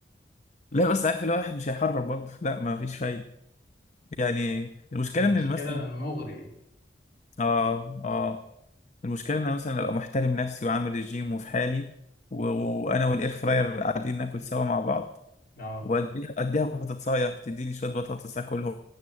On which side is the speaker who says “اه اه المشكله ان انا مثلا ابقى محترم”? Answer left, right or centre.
Left